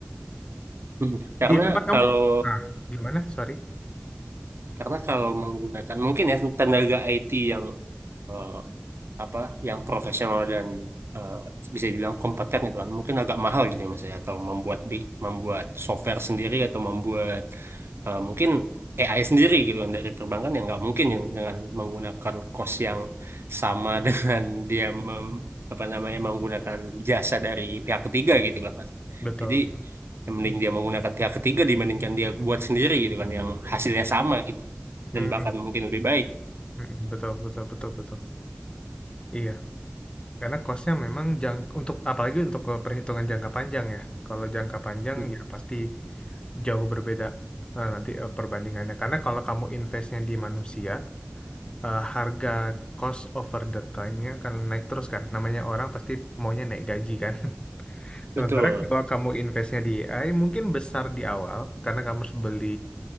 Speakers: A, on the right (about 80°); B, on the left (about 25°).
A: Hmm. Karena
B: Di tempat kamu,
A: kalau
B: ah, gimana? Sorry.
A: Karena kalau menggunakan mungkin ya tenaga IT yang eh, apa yang profesional dan eh, bisa dibilang kompeten gitu kan mungkin agak mahal gitu ya mas ya atau membuat bi- membuat software sendiri atau membuat eh, mungkin AI sendiri gitu kan dari perbankan yang nggak mungkin yang dengan menggunakan cost yang sama <laughs> dengan dia mem, apa namanya menggunakan jasa dari pihak ketiga gitu kan mas
B: Betul.
A: jadi ya mending dia menggunakan pihak ketiga dibandingkan dia buat sendiri gitu kan yang hasilnya sama gitu
B: Mm,
A: dan bahkan mungkin lebih baik
B: mm, betul, betul, betul, betul. Iya. Karena costnya memang jang untuk apalagi untuk ke perhitungan jangka panjang ya. Kalau jangka panjang
A: Mm.
B: ya pasti jauh berbeda eh, nanti eh, perbandingannya. Karena kalau kamu investnya di manusia, eh, harga cost over the time-nya akan naik terus kan. Namanya orang pasti maunya naik gaji kan. <laughs> Sementara
A: betul
B: kalau kamu investnya di AI mungkin besar di awal karena kamu harus beli